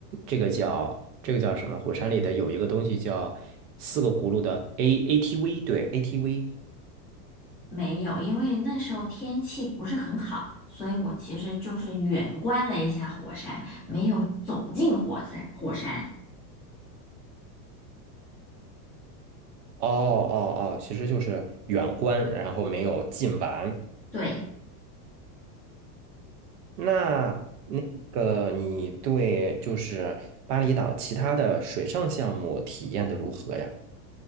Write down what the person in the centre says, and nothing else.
没有，因为那时候天气不是很好，所以我其实就是远观了一下火山，没有走进火山火山。
对。